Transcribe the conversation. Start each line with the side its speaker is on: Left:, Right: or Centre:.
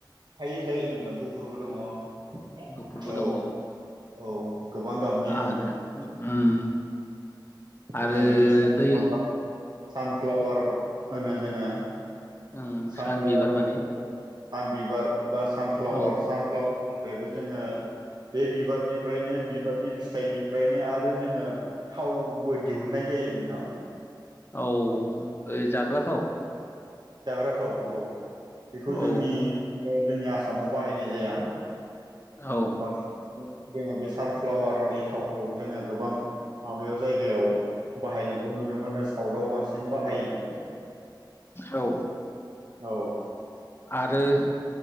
Right: थायो थायो जों नोंथां गुफुरबो दङ औ।
Left: गुफुरबो
Right: औ
Left: दङ
Right: गोबां गाबनि
Left: आरो
Right: दङ।
Left: उम आरो
Right: जोङो बिथिं
Left: दो
Right: सानफ्लावार होनो जोङो
Left: उम
Right: सानफ्लावारनि
Left: सान बिबार माने
Right: सान बिबार बा सानफ्लावार
Left: औ
Right: सानफ्लावारनिफ्रायबो जोङो बे बिबारनिफ्रायनो बिबारनि फिथाइनिफ्रायनो आरो जोङो थावबो दिहुननाय जायो नोंथां।
Left: औ ओ जाग्रा थाव।
Right: जाग्रा थाव औ बेखौ जोंनि
Left: औ
Right: जोंनि आसामाव बाहायनाय जाया।
Left: औ
Right: बांसिन जोङो बे सानफ्लावारनि थाव खौ जोङो गोबां माबायाव जायगायाव बाहायनायखौ नुनो मोनो साउदाव बांसिन। बाहायो बेखौ
Left: औ ओ
Right: औ
Left: आरो